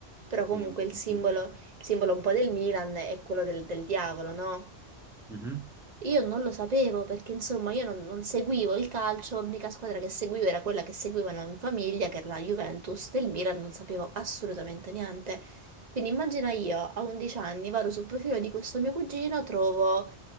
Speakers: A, on the right; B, in the centre.
A: però comunque
B: sì, un pochettino.
A: il simbolo, il simbolo un po' del Milan è quello del, del diavolo, no?
B: Mhm.
A: Io non lo sapevo perché insomma io non, non seguivo il calcio, l'unica squadra che seguivo era quella che seguivano in famiglia, che era la Juventus del Milan, non sapevo assolutamente niente. Quindi immagina io a 11 anni vado sul profilo di questo mio cugino, trovo